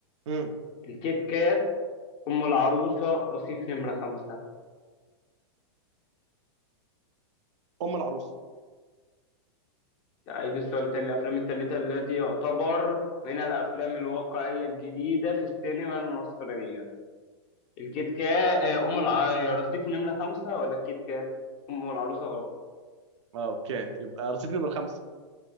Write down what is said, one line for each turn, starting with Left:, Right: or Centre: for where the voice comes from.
Right: مم.
Left: الكيت كات ام العروسه رصيف نمره خمسة
Right: ام العروس
Left: أعيد السؤال تاني الأفلام التالتة التي يعتبر من الأفلام الواقعية الجديدة في السينما المصرية الكيت كات آه، أم الع... رصيف نمرة خمسة ولا الكيت كات أم العروسة غلط
Right: آه اوكي يبقى رصيف نمرة خمسة